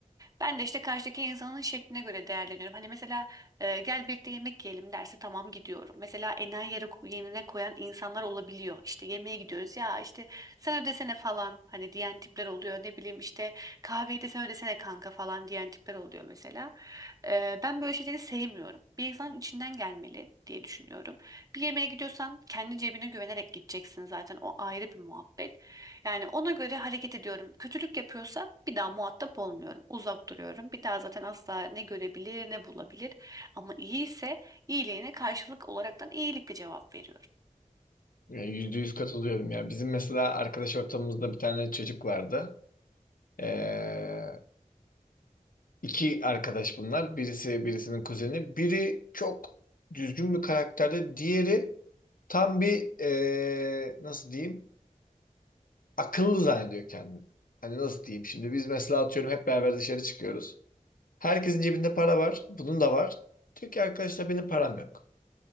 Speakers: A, on the right; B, on the left.
A: Ben de işte karşıdaki insanın şekline göre değerleniyorum. Hani mesela e, gel birlikte yemek yiyelim derse tamam gidiyorum. Mesela enayi yere, yerine koyan insanlar olabiliyor. İşte yemeğe gidiyoruz ya işte sen ödesene falan hani diyen tipler oluyor. Ne bileyim işte kahveyi de sen ödesene kanka falan diyen tipler oluyor mesela. E, ben böyle şeyleri sevmiyorum. Bir insanın içinden gelmeli diye düşünüyorum. Bir yemeğe gidiyorsan kendi cebine güvenerek gideceksin zaten o ayrı bir muhabbet. Yani ona göre hareket ediyorum. Kötülük yapıyorsa bir daha muhatap olmuyorum. Uzak duruyorum. Bir daha zaten asla ne görebilir ne bulabilir. Ama iyi ise iyiliğine karşılık olaraktan iyilikle cevap veriyorum.
B: Ya, Yüzde yüz katılıyorum ya. Bizim mesela arkadaş ortamımızda bir tane çocuk vardı. Ee, iki arkadaş bunlar. Birisi birisinin kuzeni. Biri çok düzgün bir karakterde. Diğeri tam bir ee, nasıl diyeyim akıllı zannediyor kendini. Hani nasıl diyeyim şimdi biz mesela atıyorum hep beraber dışarı çıkıyoruz. Herkesin cebinde para var. Bunun da var. Diyor ki arkadaşlar benim param yok.